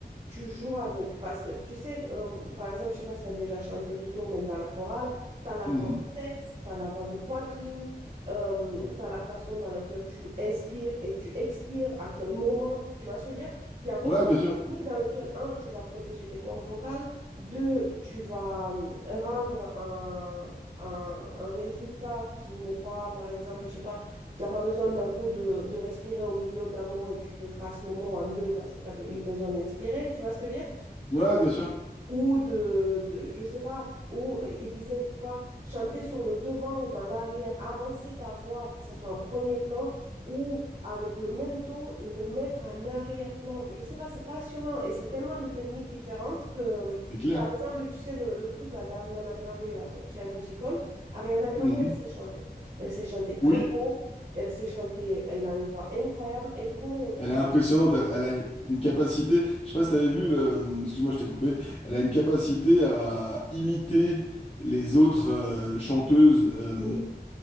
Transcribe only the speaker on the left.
Mhm.
Ouais, bien sûr.
Ouais, bien sûr.
C'est clair.
Mhm.
Oui.
Elle est impressionnante, elle, elle a une capacité, je sais pas si t'avais vu le, excuse-moi, je t'ai coupé, elle a une capacité à imiter les autres euh, chanteuses euh,